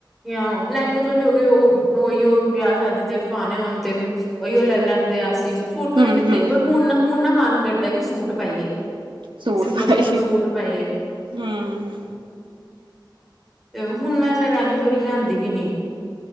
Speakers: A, in the centre; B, on the right (about 85°).
A: ਜਾਂ ਲਹਿੰਗੇ ਚੋਲੀ ਹੋ ਗਏ ਓਹੀਓ ਵਿਆਹ ਸ਼ਾਦੀ ਚ ਪਾਣੇ ਹੋਣ ਤੇ ਉਹੀਓ ਲੈ ਲੈਂਦੇ ਅ ਸੂਟ ਕਦੇ
B: ਹੂੰ-ਹੂੰ,
A: ਲਿੱਤੇ ਨੀ ਪਰ ਹੁਣ ਨਾ ਹੁਣ ਨਾ ਮਨ ਕਰਦਾ ਕਿ ਸੂਟ ਪਾਈਏ।
B: ਸੂਟ।
A: ਸਿੰਪਲ
B: ਪਾਏ,
A: ਸਿੰਪਲ ਸੂਟ ਪਾਈਏ।
B: ਹੂੰ,
A: ਤੇ ਹੁਣ ਮੈਂ ਇਨ੍ਹੇ ਲਹਿੰਗੇ ਥੋੜ੍ਹੀ ਲੈਂਦੀ ਵੀ ਨ੍ਹੀਂ।